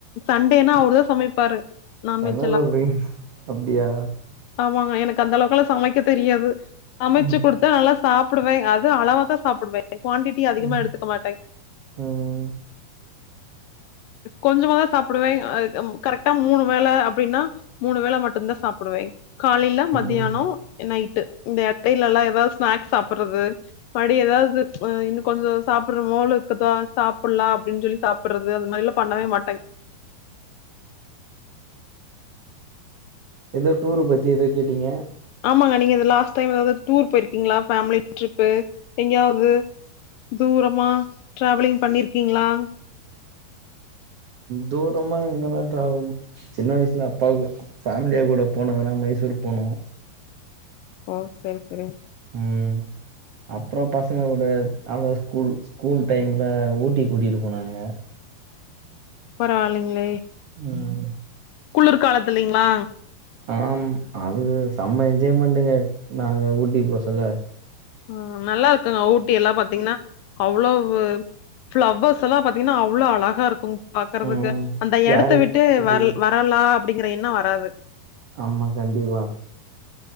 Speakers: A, on the left; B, on the right.
A: சண்டேனா அவர்தா சமைப்பாரு நான்வெஜ்
B: என்ன
A: எல்லாம்.
B: சொல்றீ அப்டியா
A: ஆமாங்க எனக்கு அந்தளவுக்லா சமைக்க தெரியாது சமச்சு
B: ம்.
A: குடு தா நல்லா சாப்புடுவே அது அளவா தா சாப்புடுவே க்வான்டிட் இ அதிகமா
B: ம்.
A: எடுத்துக்க மாட்டே
B: ம்.
A: கொஞ்சமாதா சாப்புடுவே அய் அம்மு கரக்டா மூணு வேல அப்டின்னா மூணு வேள மட்டுன்தா சாப்புடுவே காலையில மத்தியானம்
B: ம்.
A: நைட்டு இந்த இடையில எல்லா ஏதாவது ஸ்நாக்ஸ் சாப்புறது படி ஏதாவது அ இன்னு கொஞ்சோ சாப்பிடுற மோல இருக்குதா சாப்புலா அப்படின் ஜொல்லி சாப்புறது அது மாரில்லா பண்ணவே மாட்டே
B: ஏதோ டூரு பத்தி ஏதோ கேட்டீங்க
A: ஆமாங்க நீங்கது லாஸ்ட்டைம் எதாவத் டூர் போயிருக்கீங்களா ஃபேமிலி ட்ரிப்பு எங்கயாவது தூரமா ட்ராவலிங் பண்ணிர்க்கீங்ளா
B: தூரமா எங்கன்னா டிராவல் சின்ன வயசுல அப்பாவு ஃபேமிலியா கூட போனதுனா மைசூர் போனோ
A: ஓ செரி செரி
B: உம் அப்புறம் பசங்க கூட அதா ஸ்கூல் ஸ்கூல் டைம்ல ஊட்டி கூட்டிகிட்டு போனாங்க
A: பரவாயில்லைங்களே
B: உம்
A: குளிர் காலத்துல்லைங்களா
B: ஆம் அது செம்ம என்ஜாய்மென்ட்டு நாங்க ஊட்டி போச்சுல்ல
A: ஆஹ் நல்லா இருக்குங்க ஊட்டி எல்லாம் பாத்தீங்கன்னா அவ்வளவு பிளவர்ஸ் எல்லா பாத்தீங்கன்னா அவ்வளோ அழகா இருக்கும் பாக்குறதுக்கு
B: ம்
A: அந்த
B: கேரட்
A: எடத்த விட்டு
B: செடி
A: வர் வர ல்லா அப்படிங்கற எண்ணம் வராது
B: ஆமா கண்டிப்பா